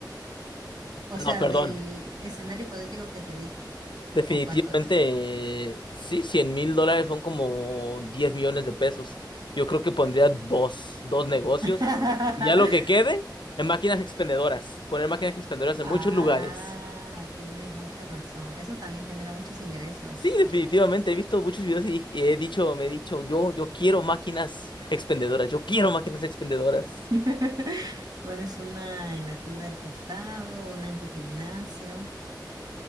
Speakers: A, on the right; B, on the left.
A: o sea,
B: No, perdón,
A: del escenario hipotético que te dije,
B: Definitivamente,
A: o cuánto es.
B: eh, sí, cien mil dólares son como 10 millones de pesos. Yo creo que pondría dos, dos negocios
A: <laughs>
B: y ya lo que quede en máquinas expendedoras, poner máquinas expendedoras en
A: Ah,
B: muchos lugares.
A: tienes mucha razón. Eso también genera muchos ingresos.
B: Sí, definitivamente, he visto muchos videos y, y he dicho, me he dicho, yo, yo quiero máquinas expendedoras, yo quiero máquinas expendedoras.
A: <laughs> Pones una en la tienda del costado, una en tu gimnasio,